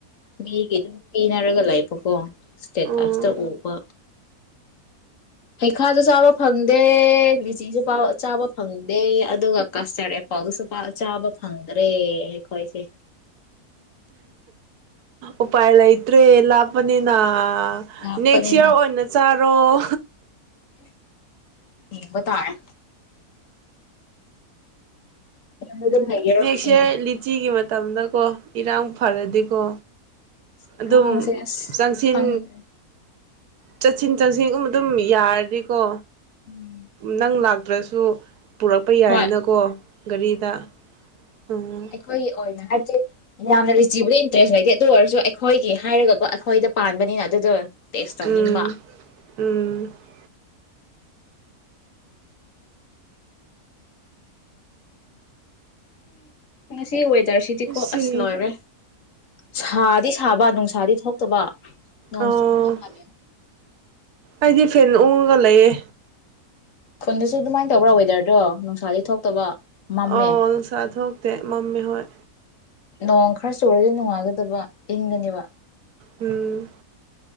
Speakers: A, on the left; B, on the right.
A: ꯃꯤꯒꯤ ꯑꯗꯨꯝ ꯄꯤꯅꯔꯒ ꯂꯩꯕꯀꯣ ꯏꯁꯇꯦꯀꯁꯇ
B: ꯑꯣ
A: ꯎꯕ ꯍꯩꯈꯥꯁꯨ ꯆꯥꯕ ꯐꯪꯗꯦ ꯂꯤꯦꯆꯤꯁꯨ ꯆꯥꯕ ꯐꯪꯗꯦ ꯑꯗꯨꯒ ꯀꯥꯁꯇꯔꯠ ꯑꯦꯄꯜꯗꯨꯁꯨ ꯆꯥꯕ ꯐꯪꯗ꯭ꯔꯦ ꯑꯩꯈꯣꯏꯁꯦ
B: ꯎꯄꯥꯏꯂ ꯏꯇ꯭ꯔꯦ ꯂꯄꯅꯤꯅ
A: ꯂꯥꯞꯄꯅꯤꯅ
B: ꯅꯦꯛꯁ ꯏꯌꯥꯔ ꯑꯣꯏꯅ ꯆꯥꯔꯣ <unintelligible>
A: ꯑꯦ ꯎꯕ ꯇꯔ ꯌꯨꯝꯗ ꯑꯗꯨꯝ ꯂꯩꯒꯦꯔꯣ
B: ꯅꯦꯛꯁ
A: ꯉꯁꯤ
B: ꯂꯤꯆꯤꯒꯤ ꯃ ꯃꯇꯝꯗꯀꯣ ꯏꯔꯥꯡ ꯐꯔꯗꯤꯀꯣ
A: ꯉꯔꯥꯡꯁꯦ
B: ꯑꯗꯨꯝ
A: ꯑꯁ
B: ꯆꯪꯁꯤꯟ
A: ꯈꯪꯗ꯭ꯔꯦ
B: ꯆꯠꯁꯤꯟ ꯆꯠꯁꯤꯟꯒꯨꯝ ꯑꯗꯨꯝ ꯌꯥꯔꯗꯤꯀꯣ
A: ꯎꯝ
B: ꯅꯪ ꯂ ꯇ꯭ꯔꯦꯁꯨ ꯄꯨꯔꯛꯄ ꯌꯥꯏꯅꯀꯣ
A: ꯍꯣꯏ
B: ꯒꯥꯔꯤꯗ ꯎꯝ
A: ꯑꯩꯣꯏ ꯑꯣꯏꯅ ꯍꯥꯏꯕꯗꯤ ꯌꯥꯝꯅ ꯔꯤꯆꯦꯕꯂꯤ ꯏꯟꯇꯔꯦꯁ ꯂꯩꯇꯦ ꯑꯗꯨ ꯑꯣꯏꯔꯁꯨ ꯑꯩꯈꯣꯏꯒꯤ ꯍꯥꯏꯔꯒꯀꯣ ꯍꯣꯏꯗ ꯄꯥꯟꯕꯅꯤꯅ ꯑꯗꯨꯗꯣ ꯇꯦꯁ ꯇꯧꯅꯤꯡꯕ
B: ꯎꯝ ꯎꯝ
A: ꯁꯤ ꯑꯣꯏꯣꯏꯗ ꯔꯁꯤꯗꯤꯀꯣ
B: ꯁꯤ
A: ꯑꯁ ꯂꯣꯏꯔꯦ ꯁꯥꯗꯤ ꯁꯥꯕ ꯅꯨꯡ ꯏꯁꯥꯗꯤ ꯊꯣꯛꯇꯕ ꯅ
B: ꯑꯣ
A: ꯁ ꯀ ꯃꯥꯂꯦ
B: ꯑꯩꯗꯤ ꯐꯦꯟ ꯑꯣꯡꯉꯒ ꯂꯩꯑꯦ
A: ꯈꯨꯟꯗꯁꯨ ꯑꯗꯨꯃꯥꯏꯅ ꯇꯧꯕ꯭ꯔꯥ ꯋꯦꯗꯔꯗꯣ ꯅꯨꯡꯁꯥꯗꯤ ꯊꯣꯛꯇꯕ ꯃꯝꯃꯦ
B: ꯑ ꯅꯨꯡꯁꯥ ꯊꯣꯛꯇꯦ ꯃꯝꯃꯤ ꯍꯣꯏ
A: ꯅꯣꯡ ꯈꯔ ꯆꯨꯔꯗꯤ ꯅꯨꯡꯉꯥꯏꯒꯗꯕ ꯏꯪꯒꯅꯦꯕ
B: ꯎꯝ